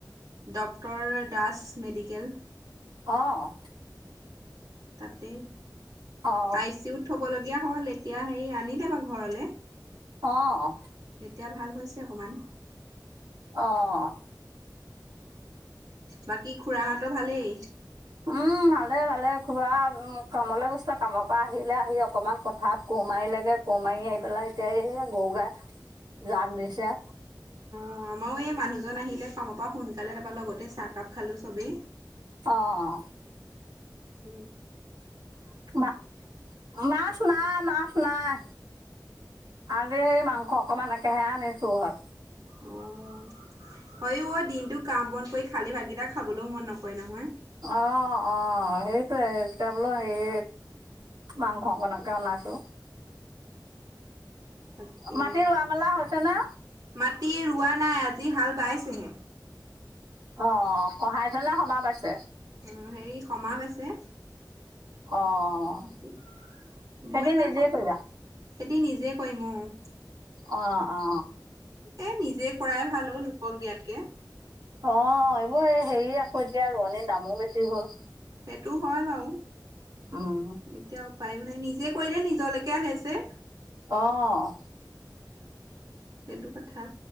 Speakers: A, on the right (about 55°); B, on the right (about 75°).
A: Doctor Das medical.
B: অহ'।
A: তাতেই
B: অ
A: আই চি ইউত থবলগীয়া হ'ল এতিয়া এতিয়া হেৰি আনিলে বাৰু ঘৰলৈ।
B: অহ'
A: এতিয়া ভাল হৈছে অকণমান।
B: অহ'
A: বাকী খুৰাহঁতৰ ভালেই
B: উম, ভালে ভালে। খুৰা উম, কামলৈ গৈছিল, কামৰ পৰা আহিলে, আহি অকমান পথাৰত কোৰ মাৰিলেগৈ কোৰ মাৰি আহি পেলাই কে এই‌য়া গৰু গায় জাগ দিছে।
A: অ' আমাৰো এই মানুহজন আহিলে কামৰ পৰা সোনকালে, তাৰপৰা লগতে চাহকাপ খালোঁ চবেই।
B: অহ'
A: কিপ
B: মা মাছ নাই, মাছ নাই। আজি মাংস অকমান এনেকহে আনিছোঁ ঘৰত।
A: উম, হয় হয় ও অ' দিনতটো কাম বন কৰি খালী ভাতকেইটা খাবলও মন নকৰে। নহয়
B: অ' অ'। সেইটোয়ে, এতিয়া বোলোঁ এই মাংস অকনকে অনাইছোঁ।
A: তাকে,
B: মাটি ৰোৱা মেলা হৈছে নে?
A: মাটি ৰোৱা নাই, আজি হাল বাইছেহে।
B: অ', খহাই থলে <unintelligible> পাইছে।
A: উম, হেৰি <unintelligible> হৈছে।
B: অ',
A: নেকি
B: খেতি
A: মই ইমান
B: নিজে কৰিবা।
A: খেতি নিজে কৰিম অ'।
B: অ', অ'।
A: এ নিজে কৰাই ভাল অ', লোকক দিয়াতকৈ।
B: অ', এইবোৰ এই হেৰি আকৌ এতিয়া ৰোৱনীৰ দামো বেছি হ'ল।
A: সেইটো হয় বাৰু,
B: উম,
A: এতিয়া উপাইও নাই। নিজে কৰিলে নিজলেকে আহে যে।
B: অ'।
A: সেইটো কথা।